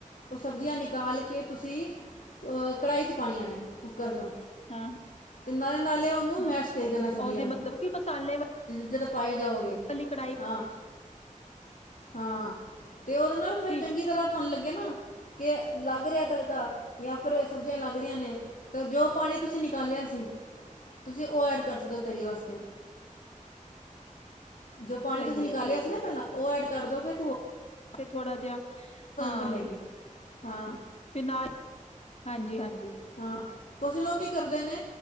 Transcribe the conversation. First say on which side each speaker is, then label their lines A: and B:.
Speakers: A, on the left; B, on the left.
A: ਉਹ ਸਬਜ਼ੀਆਂ ਟਾਲ ਕੇ ਤੁਸੀਂ ਅ ਕੜਾਹੀ ਚ ਪਾਣੀਆ ਨੇ ਕੁੱਕਰ ਚੋਂ,
B: ਹਾਂ,
A: ਤਿੰਨਾਂ ਨਾਲੇ ਉਹਨੂੰ
B: ਤੇ
A: ਮੈਸ਼ ਕਰੀ ਜਾਣਾ ਸਬਜ਼ੀਆਂ
B: ਉਹਦੇ
A: ਨੂੰ
B: ਮਤਲਬ ਕਿ ਮਸਾਲੇ
A: ਜਦੋਂ ਪਾਏ ਜਾਓਗੇ
B: ਵਾਲੀ ਕੜਾਹੀ
A: ਹਾਂ ਹਾਂ। ਤੇ ਉਹਦੇ ਨਾਲ ਫਿਰ
B: ਠੀਕ
A: ਚੰਗੀ ਤਰ੍ਹਾਂ ਤੁਹਾਨੂੰ ਲੱਗੇ ਨਾ ਕਿ ਲੱਗ ਰਿਹਾ ਤੜਕਾ ਜਾਂ ਫਿਰ ਸਬਜ਼ੀਆਂ ਲੱਗ ਰਹੀਆਂ ਨੇ ਤਾਂ ਜੋ ਪਾਣੀ ਤੁਸੀਂ ਨਿਕਾਲਿਆ ਸੀ ਤੁਸੀਂ ਉਹ ਐਡ ਕਰ ਸਕਦੇ ਹੋ ਤਰੀ ਵਾਸਤੇ। ਜੋ ਪਾਣੀ
B: ਸਹੀ
A: ਤੁਸੀਂ ਨਿਕਾਲਿਆ
B: ਹੈ ਸਹੀ
A: ਸੀ ਨਾ
B: ਹੈ
A: ਪਹਿਲਾਂ ਉਹ ਐਡ। ਕਰ ਦੋ ਫਿਰ
B: ਤੇ ਥੋੜਾ ਜਿਹਾ ਹਾਂ
A: ਬਣੇਗੀ ਹਾਂ
B: ਫਿਰ ਨਾਲ ਹਾਂਜੀ-ਹਾਂਜੀ।
A: ਹਾਂ। ਉਸ ਨੂੰ ਕੀ ਕਰਦੇ ਨੇ?